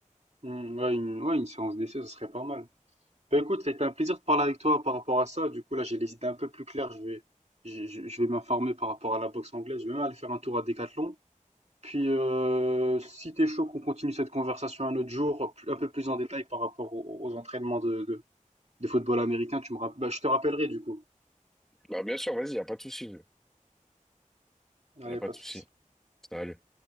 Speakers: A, on the right; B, in the centre.
A: Hmm, ouais, une, ouais, une séance d'essai, ça serait pas mal. Bah écoute, ça a été un plaisir de parler avec toi par rapport à ça. Du coup, là, j'ai les idées un peu plus claires. Je vais, je, je- je vais m'informer par rapport à la boxe anglaise. Je vais même aller faire un tour à Decathlon. Puis, euh, si t'es chaud, qu'on continue cette conversation un autre jour, plus- un peu plus en détail par rapport aux, aux entraînements de, de, de football américain, tu me rapp- bah, je te rappellerai du coup.
B: Bah, bien sûr, vas-y, y a pas de souci.
A: Allez,
B: Y a pas
A: pas
B: de
A: de
B: souci.
A: souci.
B: Salut.